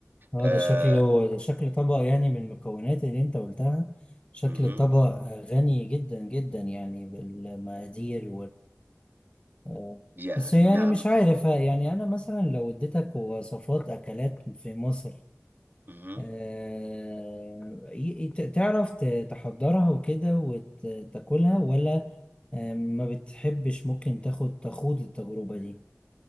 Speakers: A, on the left; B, on the right.
A: اه
B: آه
A: ده شكله ده شكل طبق يعني من المكونات اللي انت قلتها شكل
B: مهم.
A: الطبق آه، غني جدا جدا يعني بالمقادير آه،
B: يا
A: بس يعني
B: نعم
A: مش عارف آه، يعني انا مثلا لو اديتك وصفات اكلات في مصر
B: مهم.
A: آه، ي- ت- تعرف ت- تحضرها وكده وتاكلها ولا آه، ما بتحبش ممكن تاخد تخوض التجربة دي